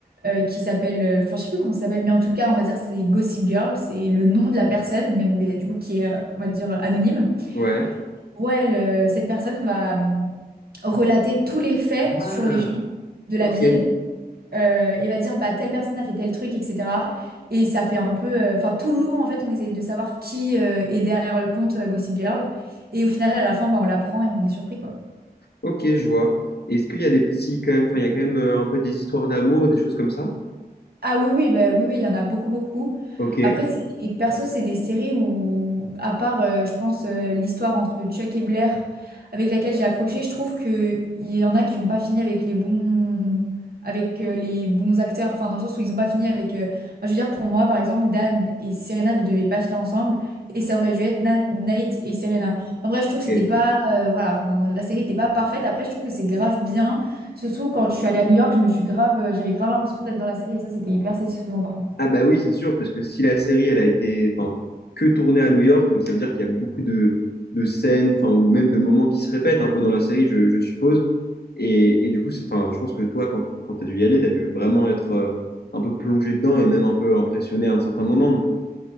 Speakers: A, on the right (about 70°); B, on the left (about 80°).
A: euh, qui s'appelle, euh, enfin, je sais plus comment ça s'appelle, mais en tout cas, on va dire c'est Gossip Girl, c'est le nom de la personne, même mais du coup qui est, euh, on va dire, euh, anonyme.
B: ouais.
A: Ouais, elle, euh, cette personne va hum, relater tous les faits
B: Ah,
A: sur les gens de la
B: ok,
A: ville euh, et va dire bah telle personne a fait tel truc, etc. Et ça fait un peu, euh, enfin tout le long en fait, on essaye de savoir qui euh, est derrière le compte euh, Gossip Girl. Et au final, à la fin, bah, on l'apprend et on est surpris quoi.
B: ok, je vois. Est-ce qu'il y a des petits, quand même, enfin, il y a quand même euh, un peu des histoires d'amour, et des choses comme ça?
A: Ah oui, oui, bah, oui, oui, il y en a beaucoup, beaucoup.
B: Ok,
A: Après, c'est, et perso, c'est des séries où, à part, euh, je pense, euh, l'histoire entre Chuck et Blair, avec laquelle j'ai accroché, je trouve que il y en a qui n'ont pas fini avec les bons, avec euh, les bons acteurs, enfin, dans le sens où ils n'ont pas fini avec... euh, enfin, je veux dire, pour moi, par exemple, Dan et Serena ne devaient pas finir ensemble, et ça aurait dû être Na- Nate et Serena. en bref, je trouve
B: ok.
A: que c'était pas... euh, voilà, enfin, la série n'était pas parfaite. Après, je trouve que c'est grave bien Surtout quand je suis allée à New York, je me suis grave, euh, j'avais grave l'impression d'être dans la série et ça, c'était hyper satisfaisant par contre.
B: Ah bah oui, c'est sûr, parce que si la série, elle a été enfin, que tournée à New York, donc ça veut dire qu'il y a beaucoup de, de scènes, enfin, ou même de moments qui se répètent un peu dans la série, je, je suppose. Et, et du coup, c'est- enfin, je pense que toi, quand, quand tu as dû y aller, tu as dû vraiment être euh, un peu plongé dedans et même un peu impressionné à un certain moment, non?